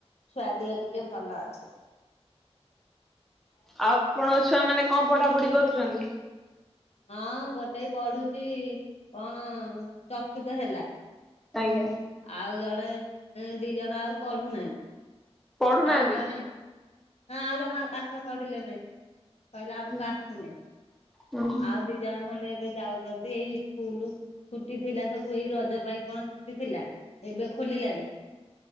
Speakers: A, on the left; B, in the centre.
A: ଛୁଆଦିହ ଟିକେ ଭଲ ଅଛନ୍ତି।
B: ଆଉ ଆପଣଙ୍କ ଛୁଆ ମାନେ କଣ ପଢା ପଢି କରୁଚନ୍ତି?
A: ହଁ ଗୋଟାଇ ପଢୁଚି କଣ ଚତୁର୍ଥ ହେଲା।
B: ଆଜ୍ଞା।
A: ଆଉ ଜଣେ ଦିଇ ଜଣ ଆଉ ପଢୁନାହାନ୍ତି।
B: ପଢୁନାହାନ୍ତି
A: ଆଉ ଜଣେ ନା ଆଲୋ ମା ପାଠ ପଢିଲେ ନେଇଁ। କହିଲେ ଆମକୁ
B: ଉଁ
A: ଆସୁନି।
B: ହୁଁ
A: ଆଉ ଦିଇ ଜଣ ଖଣ୍ଡେ ଏବେ ଯାଉଚନ୍ତି ଏଇ ସ୍କୁଲ ଛୁଟି ଥିଲା ସବୁ ଏଇ ରଜ ପାଇଁ କଣ ଛୁଟି ଥିଲା ଏବେ ଖୋଲିଲାରି।